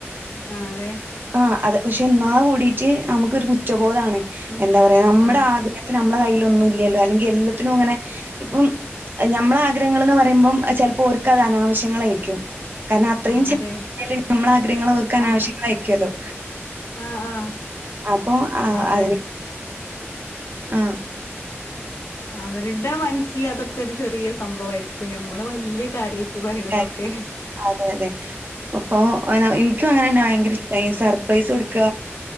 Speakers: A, on the left; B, on the right.
A: ആ അതെ
B: ആഹ് അത് പക്ഷെ എന്നാ കൂടിട്ട് നമുക്കൊരു കുറ്റബോധമാണ്
A: ഉം
B: എന്താ പറയാ നമ്മുടെ
A: ആഹ്
B: ആഗ്രഹ നമ്മളെ കയ്യിലൊ ഒന്നും ഇല്ലല്ലോ അല്ലെങ്കിൽ എല്ലത്തിനും ഇങ്ങനെ ഇപ്പം നമ്മള് ആഗ്രഹങ്ങളൾ എന്ന് പറയുപ്പോ ചിലപ്പോ ഓരെക്ക് അത് അനാവശ്യങ്ങളായിരിക്കും. കാരണം അത്രയും
A: ആഹ്
B: ചിലത്
A: അതെ
B: നമ്മളെ ആഗ്രഹങ്ങൾ ഓരെക്ക് അനാവശ്യങ്ങൾ
A: ആഹ്
B: ആയിരിക്കുമല്ലോ?
A: ആഹ് ആഹ്
B: അപ്പൊ ആഹ്
A: അവൾ
B: അതിന്. ആഹ്
A: അവരുടെ മനസ്സിൽ അതൊക്കെ ഒരു ചെറിയ സംഭവയിരിക്കും, ഞമ്മള് വലിയ കാര്യം. ഇത് പറയുന്നതൊക്കെ.
B: ആ അതെ അതെ അപ്പൊ എനിക്കും അങ്ങനെ തന്നെ ഭയങ്കര ഇഷ്ടായി സർപ്രൈസ് കൊടുക്ക.